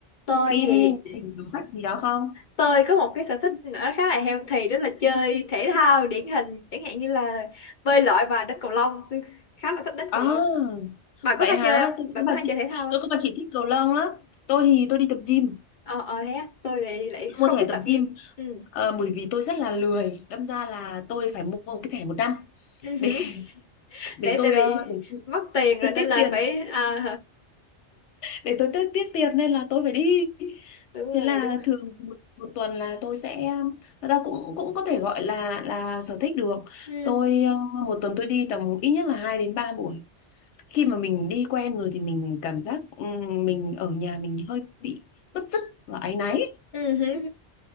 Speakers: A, on the left (about 50°); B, on the left (about 75°).
A: tôi
B: phim,
A: thì
B: như đọc sách gì đó không?
A: tôi có một cái sở thích nữa khá là healthy đó là chơi thể thao điển hình chẳng hạn như là bơi lội và đánh cầu lông tôi khá là thích đánh
B: À,
A: cầu lông bà có
B: vậy
A: hay
B: hả?
A: chơi không
B: Tôi
A: bà
B: có
A: có
B: bà
A: hay
B: chị,
A: chơi thể thao
B: tôi có bà chị thích cầu lông lắm. Tôi thì tôi đi tập gym,
A: ờ ờ thế á tôi lại lại không
B: mua thẻ
A: thích
B: tập
A: tập gym
B: gym.
A: ừ
B: Ờ, bởi vì tôi rất là lười, đâm ra là tôi phải mua một cái thẻ một năm
A: Ừ hử.
B: để <laughs> để
A: để
B: tôi
A: tại vì
B: ờ, để
A: mất tiền
B: tôi
A: rồi nên
B: tiếc
A: là
B: tiền
A: phải à,
B: để tôi tiết tiết tiền nên là tôi phải đi
A: <laughs> đúng rồi
B: thế là
A: đúng rồi
B: thường một, một tuần là tôi sẽ thật ra cũng cũng có thể gọi là là sở thích được
A: ừ.
B: tôi ờ, một tuần tôi đi tầm ít nhất là hai đến ba buổi khi mà mình đi quen rồi thì mình cảm giác ừm, mình ở nhà mình hơi bị bứt rứt và áy náy
A: Ừ hử.